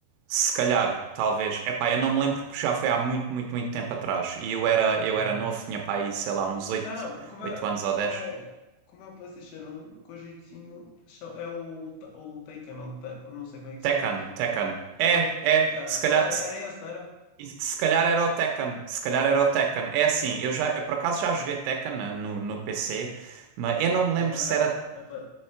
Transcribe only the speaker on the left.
Uhum.
Não, não, como
é,
como
é, como é o PlayStation 1, com o jeitinho, cha- é o, Ta- o Taken, ou Ta- eu não sei como é que
se chama, mas
ele,
yeah,
eu- era esse, não era?
Eu
jogava
na,
na, pla-